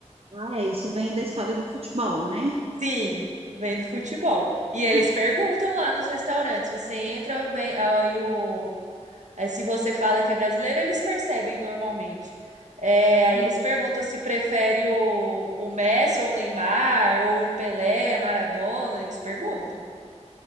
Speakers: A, on the right; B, on the right.
A: Ah, é, isso vem da história do futebol, né?
B: Sim, vem do futebol. E eles
A: Ah,
B: perguntam lá nos restaurantes. Você entra, vem. Aí o, aí se você fala que é brasileiro, eles percebem normalmente. É, aí
A: ah,
B: eles perguntam se prefere o, o Messi ou o Neymar, ou o Pelé, Maradona. Eles perguntam.